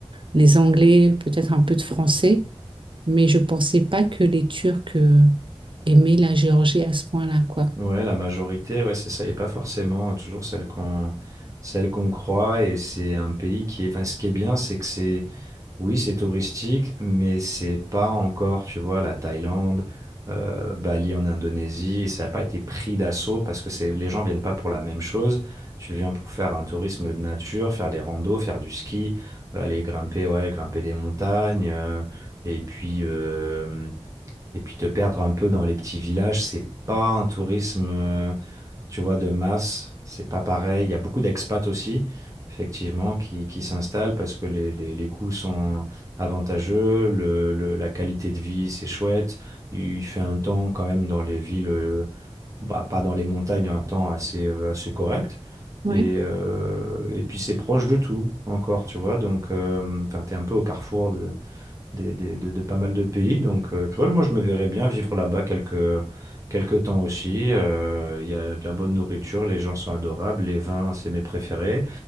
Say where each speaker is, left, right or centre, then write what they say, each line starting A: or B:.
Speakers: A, on the right; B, on the right.
A: les Anglais, peut-être un peu de Français, mais je pensais pas que les Turcs euh, aimaient la Géorgie à ce point-là, quoi.
B: Ouais, la majorité, ouais, c'est ça, et pas forcément toujours celle qu'on celle qu'on croit. Et c'est un pays qui est. Enfin, ce qui est bien, c'est que c'est. Oui, c'est touristique, mais c'est pas encore, tu vois, la Thaïlande, euh, Bali en Indonésie. Ça n'a pas été pris d'assaut parce que c'est les gens viennent pas pour la même chose. Tu viens pour faire un tourisme de nature, faire des randos, faire du ski, aller grimper, ouais, grimper des montagnes. euh, et puis. euh, et puis te perdre un peu dans les petits villages, c'est pas un tourisme, euh, tu vois, de masse. C'est pas pareil. Il y a beaucoup d'expats aussi, effectivement, qui, qui s'installent parce que les, les, les coûts sont avantageux, le, le- la qualité de vie, c'est chouette. Il fait un temps quand même dans les villes, euh, bah, pas dans les montagnes, un temps assez, euh, assez correct.
A: Oui,
B: Et, euh, et puis c'est proche de tout encore, tu vois. Donc, euh, enfin, t'es un peu au carrefour des, des- de, de pas mal de pays. Donc, euh, tu vois, moi, je me verrais bien vivre là-bas quelques, quelques temps aussi. Euh, Il y a de la bonne nourriture, les gens sont adorables, les vins, c'est mes préférés.